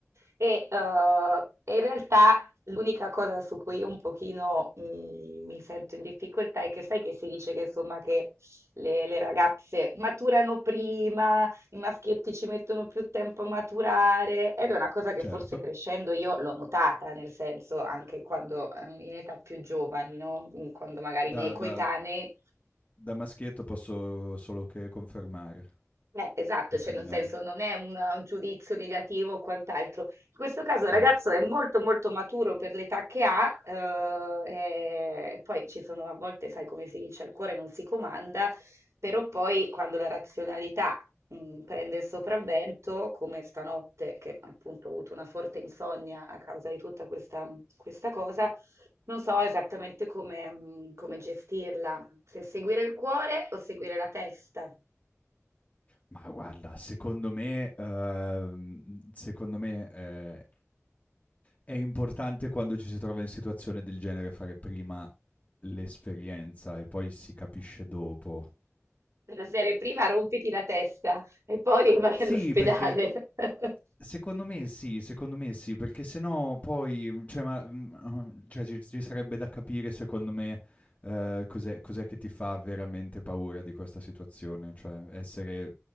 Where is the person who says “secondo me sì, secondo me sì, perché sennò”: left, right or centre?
Left